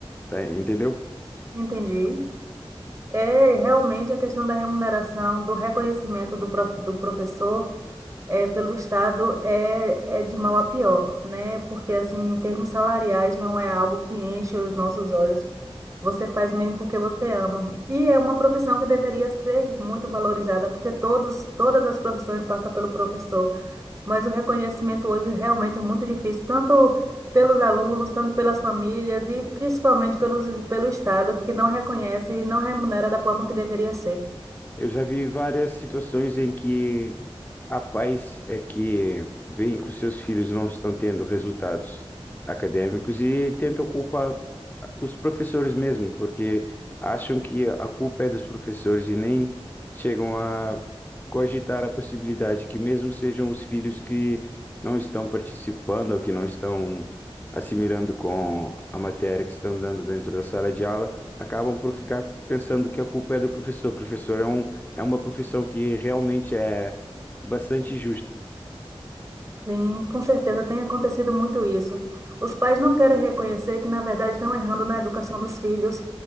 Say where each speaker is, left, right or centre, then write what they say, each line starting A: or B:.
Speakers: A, on the left (about 20°); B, on the right (about 30°).
A: tá? Entendeu?
B: Entendi. É realmente a questão da remuneração, do reconhecimento do, prof- do professor é, pelo Estado é, é de mal a pior, né? Porque, assim, em termos salariais, não é algo que enche os nossos olhos. Você faz mesmo porque você ama. E é uma profissão que deveria ser muito valorizada, porque todos, todas as profissões passam pelo professor. mas o reconhecimento hoje realmente é muito difícil, tanto pelos alunos, tanto pelas famílias e principalmente pelos, pelo Estado, que não reconhece e não remunera da forma que deveria ser.
A: Eu já vi várias situações em que a pais é que veem que os seus filhos não estão tendo resultados acadêmicos e tentam culpar os professores mesmo, porque acham que a culpa é dos professores e nem chegam a cogitar a possibilidade que mesmo sejam os filhos que não estão participando ou que não estão assimilando com a matéria que estão dando dentro da sala de aula, acabam por ficar pensando que a culpa é do professor. O Professor é um, é uma profissão que realmente é bastante justa.
B: Sim, com certeza tem acontecido muito isso. Os pais não querem reconhecer que, na verdade, estão errando na educação dos filhos,